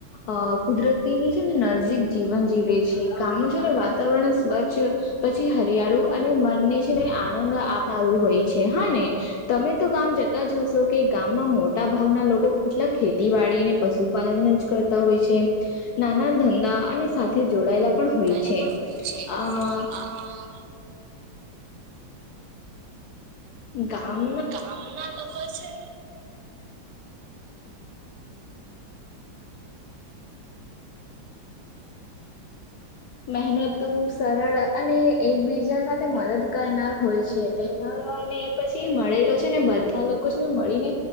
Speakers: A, on the left; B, on the right.
A: અ કુદરતીની છે ને નજીક જીવન જીવે છે, ગામનું છે ને વાતાવરણ સ્વચ્છ પછી હરિયાળું અને મનને છે ને આનંદ આપનારું હોય છે, હા ને? તમે તો ગામ જતા જ હશો કે ગામમાં મોટા ભાગના લોકો કેટલા ખેતીવાડીને પશુપાલન જ કરતા હોય છે, નાના ધંધા અને સાથે જોડાયેલા પણ હોય
B: ગાયેલા
A: છે,
B: પણ હોય છે
A: આ
B: અ
A: ગામ
B: કે ગામ ના લોકો સે
A: મહેનતુ, સરળ અને એકબીજા સાથે મદદ કરનાર હોય છે. તહેવારો અને પછી મળેલો છે ને બધા લોકો છે ને મળી ને